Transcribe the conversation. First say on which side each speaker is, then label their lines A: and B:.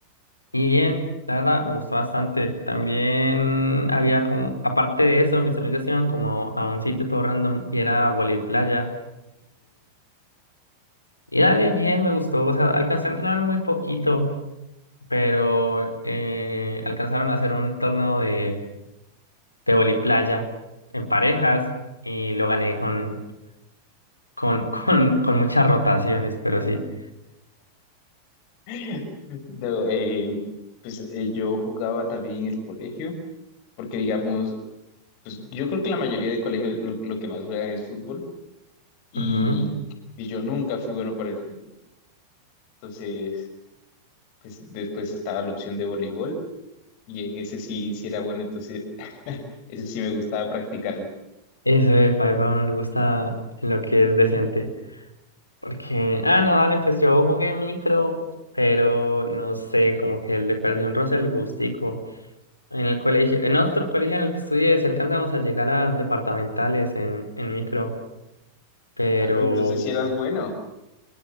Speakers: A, on the left (about 85°); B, on the left (about 45°).
A: y bien, la verdad, me gustó bastante. También había como, aparte de eso, mis amigos iban como a un sitio todo random y era volei playa. Y dale, bien, me gustó. O sea, alcancé a entrenar muy poquito, pero eh, alcanzaron a hacer un torneo de, de voliplaya en parejas y lo gané con, con, <laughs> con, con muchas rotaciones, pero sí.
B: <laughs> No, eh, pues eh, yo jugaba también en el colegio, porque digamos, pues yo creo que la mayoría de colegios lo, lo que más juegan es fútbol y,
A: Ujú.
B: y yo nunca fui bueno para el fútbol. Entonces, pues después estaba la opción de voleibol y en ese sí, sí era bueno, entonces <laughs> ese sí me gustaba practicarlo.
A: Eso de Five a uno le gusta en lo que es decente. Porque, ah, no, dale, pues yo jugué micro, pero no sé, como que le perdí un roce el gustico. En el colegio, en otro colegio en el que estudié, si alcanzamos a llegar a departamentales en, en micro, pero
B: Ah, pero entonces si eras bueno.